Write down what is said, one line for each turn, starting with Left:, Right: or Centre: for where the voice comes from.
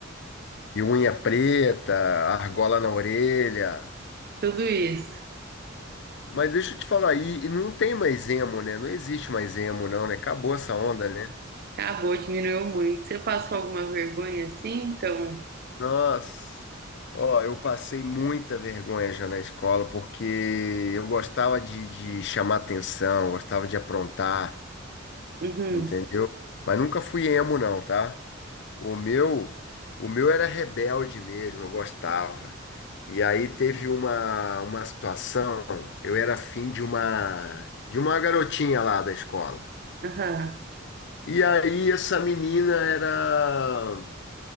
Left: E unha preta, argola na orelha.
Right: <laughs> Tudo isso.
Left: Mas deixa eu te falar, e, e não tem mais emo, né? Não existe mais emo, não, né? Acabou essa onda, né?
Right: Acabou, diminuiu muito. Você passou alguma vergonha assim? Então,
Left: Nossa, ó, eu passei muita vergonha já na escola, porque eu gostava de, de chamar atenção, gostava de aprontar,
Right: uhum,
Left: entendeu? Mas nunca fui emo, não, tá? O meu, o meu era rebelde mesmo, eu gostava. E aí teve uma, uma situação, eu era afim de uma, de uma garotinha lá da escola.
Right: aham,
Left: E aí essa menina era